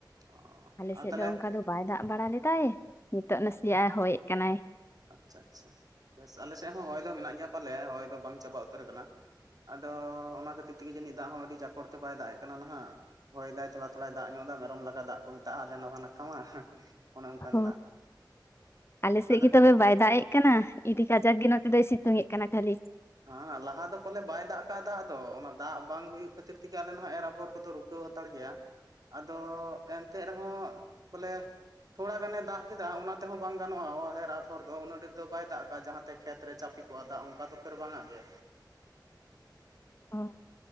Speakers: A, on the right (about 55°); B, on the left (about 35°).
A: ᱚ
B: ᱟᱞᱮ
A: ᱟᱨ
B: ᱥᱮᱫ
A: ᱛᱟᱦᱚᱞᱮ
B: ᱫᱚ ᱚᱱᱠᱟ ᱫᱚ ᱵᱟᱭ ᱫᱟᱜ ᱵᱟᱲᱟ ᱞᱮᱫᱟᱭ ᱱᱤᱛᱚᱜ ᱱᱟᱥᱮᱭᱟᱜᱼ ᱮ ᱦᱚᱭᱮᱫ ᱠᱟᱱᱟᱭ
A: ᱟᱪᱪᱷᱟ ᱟᱪᱪᱷᱟ ᱵᱮᱥ ᱟᱞᱮ ᱥᱮᱫ ᱦᱚᱸ ᱦᱚᱭ ᱫᱚ ᱢᱮᱱᱟᱜ ᱜᱮᱭᱟ ᱯᱟᱞᱮ ᱦᱚᱭ ᱫᱚ ᱵᱟᱝ ᱪᱟᱵᱟ ᱩᱛᱟᱹᱨ ᱟᱠᱟᱱᱟ ᱟᱫᱚ ᱚᱱᱟ ᱠᱷᱟᱹᱛᱤᱨ ᱛᱮᱜᱮ ᱡᱟᱹᱱᱤᱡ ᱫᱟᱜ ᱦᱚᱸ ᱟᱹᱰᱤ ᱡᱟᱠᱲ ᱛᱮ ᱵᱟᱭ ᱫᱟᱜ ᱮ ᱠᱟᱱᱟ ᱱᱟᱦᱟᱜ ᱦᱚᱭ ᱫᱟᱭ ᱛᱷᱚᱲᱟ ᱛᱷᱚᱲᱟᱭ ᱫᱟᱜ ᱧᱚᱜ ᱮᱫᱟ ᱢᱮᱨᱚᱢ ᱞᱟᱜᱟᱜ ᱫᱟᱜ ᱠᱚ ᱢᱮᱛᱟᱜᱼᱟ ᱟᱞᱮ ᱱᱚ ᱱᱟᱠᱟ ᱢᱟ᱾ ᱚᱱᱮ ᱚᱱᱠᱟᱱ
B: ᱦᱚ
A: ᱫᱟᱜ
B: ᱟᱞᱮ ᱥᱮᱫ
A: ᱟᱫᱚ
B: ᱜᱮ ᱛᱚᱵᱮ ᱵᱟᱭ ᱫᱟᱜ ᱮᱫ ᱠᱟᱱᱟ ᱤᱫᱤ ᱠᱟᱡᱟᱠ ᱜᱮ ᱱᱚᱛ ᱫᱚᱭ ᱥᱤᱛᱩᱝ ᱮᱫ ᱠᱟᱱᱟ ᱠᱷᱟᱹᱞᱤ
A: ᱦᱮᱸ ᱞᱟᱦᱟ ᱫᱚ ᱯᱟᱞᱮ ᱵᱟᱭ ᱫᱟᱜ ᱠᱟᱜᱼᱟ, ᱫᱟᱜ ᱫᱚ ᱚᱱᱟ ᱫᱟᱜ ᱵᱟᱝ ᱦᱩᱭᱩᱜ ᱠᱷᱟᱹᱛᱤᱨ ᱛᱮᱜᱮ ᱟᱞᱮ ᱟᱜ ᱮᱨᱟ ᱯᱚᱨ ᱠᱚᱫᱚ ᱨᱩᱯᱟᱹᱜᱼᱟ᱾ ᱠᱚ ᱦᱟᱛᱟᱲ ᱜᱮᱭᱟ ᱟᱫᱚ ᱮᱱᱛᱮᱜ ᱨᱮᱦᱚᱸ ᱵᱚᱞᱮ ᱛᱷᱚᱲᱟ ᱜᱟᱱᱮ ᱫᱟᱜ ᱠᱮᱫᱟ ᱚᱱᱟ ᱛᱮᱦᱚᱸ ᱵᱟᱝ ᱜᱟᱱᱚᱜᱼᱟ ᱮᱨ ᱟᱯᱷᱚᱨ ᱫᱚ ᱩᱱᱟᱹᱜ ᱰᱷᱮᱨ ᱫᱚ ᱵᱟᱭ ᱫᱟᱜ ᱠᱟᱜ ᱡᱟᱦᱟᱸ ᱛᱮ ᱠᱷᱮᱛ ᱨᱮ ᱪᱟᱯᱮ ᱠᱚᱜᱼᱟ ᱫᱟᱜ ᱚᱱᱠᱟ ᱫᱚ ᱯᱷᱮᱨ ᱵᱟᱝ ᱟᱜ ᱜᱮ
B: ᱚ